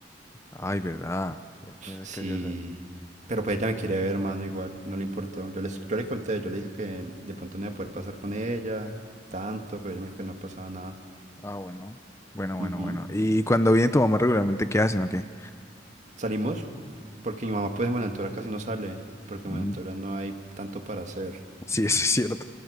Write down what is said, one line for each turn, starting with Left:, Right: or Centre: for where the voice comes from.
Left: Ay, ¿verdad? Ya te-
Right: Sí.
Left: casi ya sabes.
Right: Pero pues ella me quiere ver, hermano, igual, no le importó. Yo les, yo le conté, yo le dije que de pronto no iba a poder pasar con ella tanto, pero ella me dijo que no pasaba nada.
Left: Ah, bueno. Bueno, bueno,
Right: Ujú.
Left: bueno. ¿Y cuando viene tu mamá regularmente, qué hacen o qué?
Right: Salimos porque mi mamá pues en Buenaventura casi no sale, porque en
Left: Mm.
Right: Buenaventura no hay tanto para hacer.
Left: Sí, <laughs> eso es cierto.